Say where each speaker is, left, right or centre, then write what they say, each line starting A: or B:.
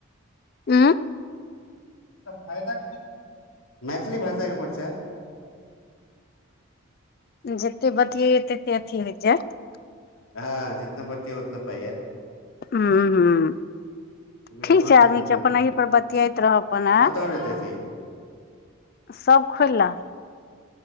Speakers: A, on the left; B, on the left.
A: उँ
B: त फायदा की मैथिली भाषाके परचार
A: जते बतियैया तते अथी होइत जायत
B: हँ जितना बतियौ उतना पाइ ऐत
A: ह्म
B: हमरो
A: ठीक छैक
B: से
A: आदमी
B: कहाँ
A: छ अपन एहि पर बतियैत रहब अपन हाँ
B: हँ तोहर देखिय
A: सब खोइल ला